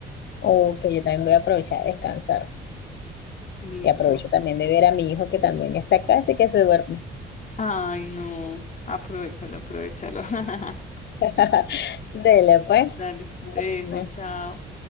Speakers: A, on the left (about 60°); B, on the left (about 40°).
A: o que yo también voy a aprovechar a descansar
B: Listo.
A: y aprovecho también de ver a mi hijo que también está acá, así que se duerme.
B: Ay, no, aprovechalo, aprovechalo. <laughs>
A: <laughs> Dele, pues.
B: Dale, te dejo,
A: Bueno,
B: chao.